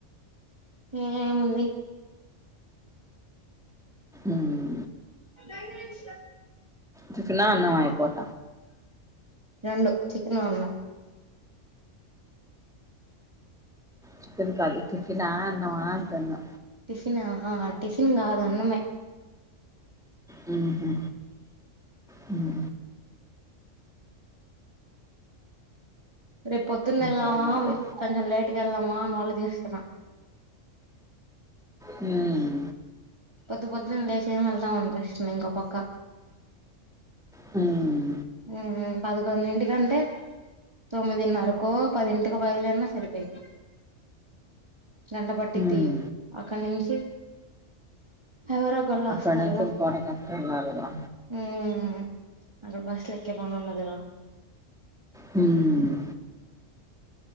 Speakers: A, on the right; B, in the centre.
A: ఏముంది
B: ఉమ్,
A: అష
B: టిఫెన్నా అన్నం ఈ పూట
A: రెండు చికెన్ అన్నం.
B: చికెన్ కాదు టిఫినా అన్నమా అంటున్నా
A: ఫినా టిఫిన్ కాదు అన్నమే.
B: హ్మ్ హూ హు
A: రేప్ పొద్దున్నలా
B: ఇంకా మరి
A: కొంచం లేట్ వెళ్ళమా న ఆలోచిస్తున్న.
B: హ్మ్.
A: పొద్దు పొద్దున్నే లేసి ఏమెళ్తాం అనిపిస్తుంది ఇంకొ పక్క.
B: హ్మ్.
A: హ్మ్ పదుకొండింటి కంటే తొమ్మిదిన్నరకొ పదింటికొ బయలుదేరిన సరిపోయిద్ది గంట పట్టిద్ది
B: హ్మ్.
A: అక్కడి నుంచి ఎవరొ కలు వస్తారుగా
B: అక్కడి నుంచి ఇంకో అరగంటెళ్ళాలిగా.
A: హ్మ్ అక్కడ్ బస్ క్కే పనుండదుగా
B: హ్మ్